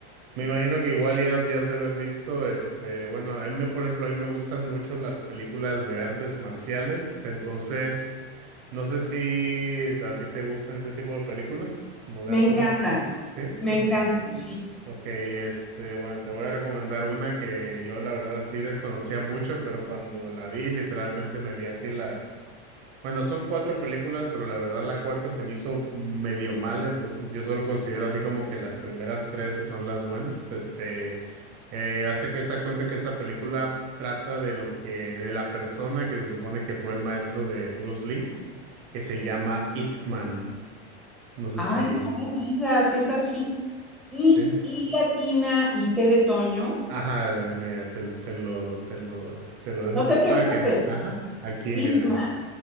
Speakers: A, on the right; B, in the centre.
A: Me imagino que igual ya, has- ya has de haber visto, este, bueno, a mí me, por ejemplo, a mí me gustan mucho las películas de artes marciales, entonces, no sé si a ti te gustan ese tipo de películas, como de
B: Me
A: artes
B: encantan,
A: marciales, ¿sí?
B: me
A: Ok,
B: encantan, sí.
A: ok, este, bueno, te voy a recomendar una que yo la verdad sí desconocía mucho, pero cuando la vi, literalmente me vi así las Bueno, son cuatro películas, pero la verdad la cuarta se me hizo medio mala, entonces yo solo considero así como que las primeras tres que son las buenas. Este, eh, hasta que se da cuenta que esta película trata de lo que, de la persona que se supone que fue el maestro de Bruce Lee, que se llama Ip Man. No sé
B: Ay,
A: si,
B: no me digas, es así. Y,
A: ¿sí?
B: y latina y té de toño,
A: Ajá, mira, te, te lo, te lo, te lo dejo
B: no
A: aquí
B: te preocupes.
A: para que, ajá, aquí,
B: Hitman.
A: mira.